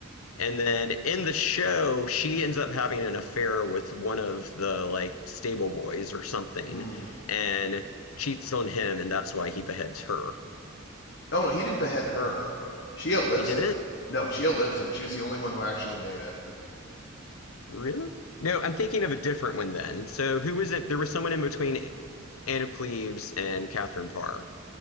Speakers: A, on the left; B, on the left.
A: And then in the show, she ends up having an affair with one of the like stable boys or something
B: Mm.
A: and cheats on him, and that's why he beheads her.
B: Oh no, he didn't behead her. She outlives
A: He did
B: him.
A: it?
B: No, she outlived him. She was the only one who actually made it.
A: Really? No, I'm thinking of a different one then. So who was it? There was someone in between Anna Cleves and Catherine Parr.